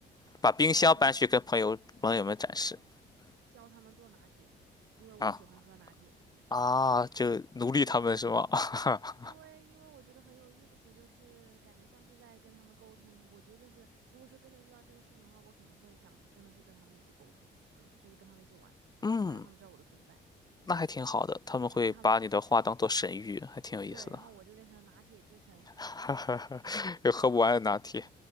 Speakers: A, on the left; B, on the right.
A: 把冰箱搬去跟朋友朋友们展示
B: 教他们教他们做拿铁，因为我喜欢喝拿铁，
A: 啊啊，就奴隶他们是吗？<laughs>
B: 因为因为我觉得很有意思，就是感觉像是在跟他们沟通。我觉得就是，如果说真的遇到这个事情的话，我可能会想真的是跟他们一起沟通，嗯，就是跟他们一起玩，
A: 嗯，
B: 然后让他们知道我的存在，
A: 那还挺好的，他们会把你的话当做神谕，
B: 然后他们
A: 还挺有意思的。
B: 对，然后我就变成拿铁之神，
A: <laughs> 哈哈哈，<laughs> 有喝不完的拿铁。